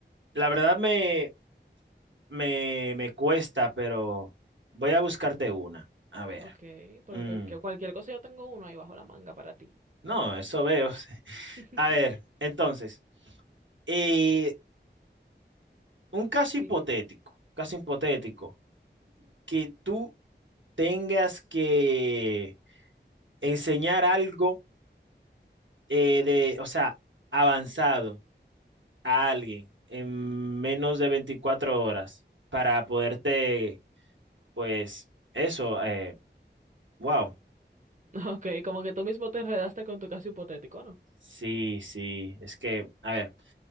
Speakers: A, on the right; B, on the right.
A: la verdad me, me, me cuesta, pero voy a buscarte una. A ver.
B: Ok, porque
A: Mm,
B: cualquier, cualquier cosa yo tengo uno ahí bajo la manga para ti.
A: no, eso veo. <laughs>
B: <laughs>
A: A ver, entonces, eh, un caso
B: Sí.
A: hipotético, caso hipotético, que tú tengas que enseñar algo eh, de, o sea, avanzado a alguien en menos de 24 horas para poderte Pues eso, eh, wow.
B: Ok, como que tú mismo te enredaste con tu caso hipotético, ¿no?
A: Sí, sí, es que, a ver,